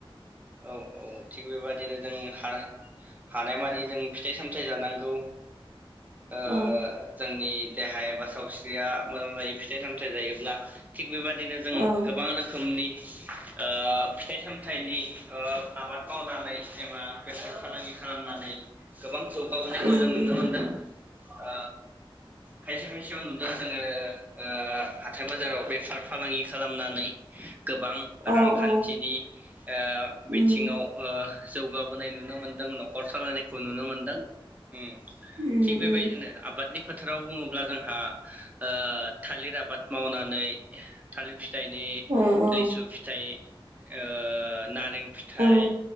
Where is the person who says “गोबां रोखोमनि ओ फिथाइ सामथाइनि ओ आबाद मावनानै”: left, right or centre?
Right